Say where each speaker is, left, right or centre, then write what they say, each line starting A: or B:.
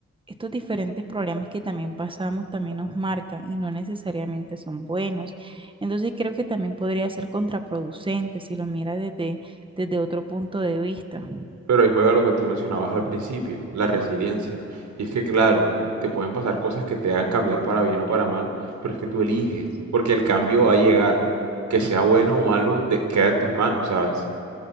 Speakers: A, on the right (about 15°); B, on the right (about 75°).
A: estos diferentes problemas que también pasamos también nos marcan y no necesariamente son buenos. Entonces creo que también podría ser contraproducente si lo miras desde, desde otro punto de vista.
B: Pero ahí juega lo que tú mencionabas al principio, la resiliencia. Y es que, claro, te pueden pasar cosas que te hagan cambiar para bien o para mal, pero es que tú eliges, porque el cambio va a llegar. Que sea bueno o malo, de- queda en tus manos, ¿sabes?